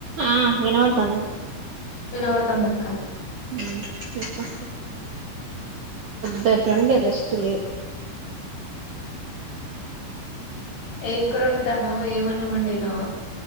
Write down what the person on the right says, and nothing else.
ఆ వినపడుతోందా
ఉమ్ చెప్పు పెద్దట్డి రెస్ట్లు